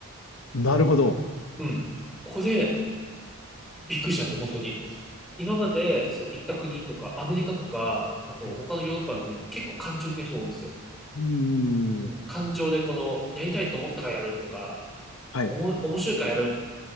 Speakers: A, on the left; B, in the centre.
A: なるほど。
B: うん。これ、びっくりしたんですよ、本当に。今まで、そう、行った国とか、アメリカとか、あと、
A: はい。
B: 他のヨーロッパの国って結構感情的な人が多いんですよ。
A: うーん、
B: うん。感情で、この、やりたいと思ったからやるとか、
A: はい、
B: おも、面白いからやる